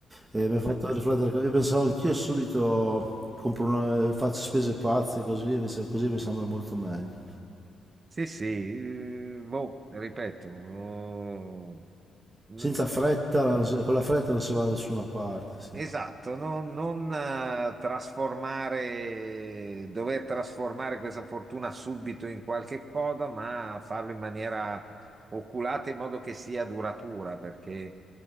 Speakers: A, on the right (about 20°); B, on the right (about 35°).
A: e mi hai fatto
B: <laughs>
A: riflettere. che- Io pensavo anch'io subito compro una, faccio spese pazze così, invece così mi sembra molto meglio.
B: Sì, sì, eh, boh, ripeto, oh, n-
A: Senza fretta, non si- con la fretta non si va da nessuna parte, sì.
B: Esatto, non, non, eh, trasformare, dover trasformare questa fortuna subito in qualche cosa, ma farlo in maniera oculata in modo che sia duratura, perché